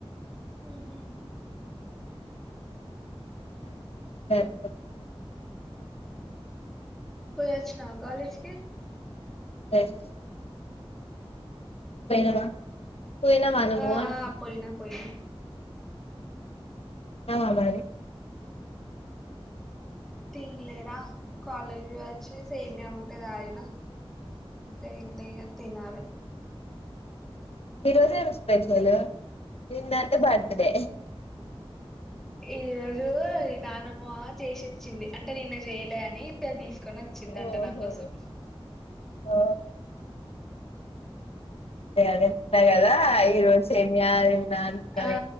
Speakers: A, in the centre; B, on the left.
A: ఉహు
B: <inaudible>
A: పోయి వచ్చినావ కాలేజ్ కి
B: పోయిసేసి వచ్చిన పోయినవా పోయినవా నువు
A: ఆ
B: అంటునా
A: ఆ పోయినా పోయినా
B: అ మరి
A: తినలేరా కాలేజీ పోయి వచ్చి సేమియా ఉంటే తాగిన ఇంతే ఇగ తనాలి
B: ఈరోజ ఏం స్పెషల్ నిన్నంత బర్త్ డే
A: ఈ రోజు దానమా చేసిచ్చింది అంటే నిన్న చేయలే అని ఇ తీసు తీకొని వచ్చిందంట
B: ఓహో
A: నా కోసం
B: ఓ <inaudible> అ కదా ఈ రోజు సేమియా నీనా అంత
A: ఆ
B: అనుకుున్నాను